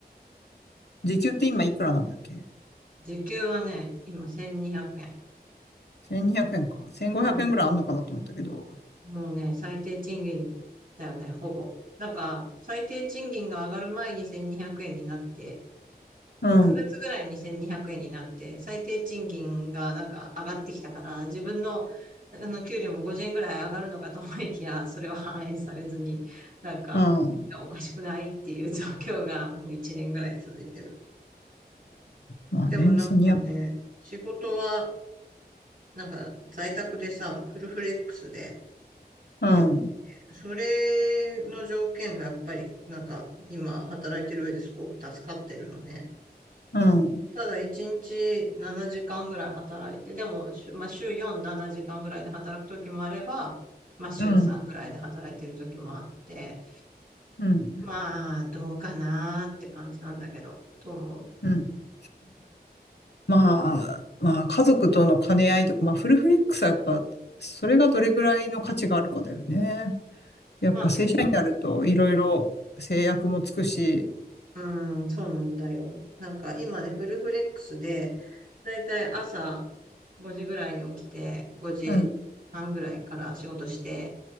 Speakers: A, on the left; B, on the right.
A: 時給って今いくらなんだっけ
B: 時給はね、今1200円。
A: ?1200 円か。1500円ぐらいあんのかなと思ったけど。
B: うん。もうね、最低賃金だよね、ほぼ。だから、最低賃金が上がる前に1200円にひゃくえんになって、
A: うん。
B: 9月ぐらいに2 0 0円になって、最低賃金がなんか上がってきたから、自分の、あの、給料も50円ぐらい上がるのかと思いきや、それは反映されずに、なんか、
A: うん。うん。
B: いやおかしくないっていう状況がもう1年ぐらい続いてる。
A: まあね、
B: でもなんかね、
A: 1200
B: 仕事は、なんか在宅でさ、フルフレックスで
A: うん。
B: よくて、それの条件がやっぱり、なんか今働いてる上ですごく助かってるのね。
A: うん。
B: ただ一日7時間ぐらい働いて、でも、週まあ、週4、7時間ぐらいで働く時もあれば、まあ、週3ぐらいで働いてる時もあって、
A: うん。うん。
B: まあ、どうかなーって感じなんだけど、と思う。
A: うん。まあ、まあ、家族との兼ね合いとか、まあ、フルフレックスはやっぱ、それがどれぐらいの価値があるかだよね。やっぱ正社員になると、
B: まあね、
A: いろいろ制約もつくし、
B: うん、そうなんだよ。なんか今ね、フルフレックスで、だいたい朝5時ぐらいに起きて、5時半ぐらいから仕事して、
A: うん、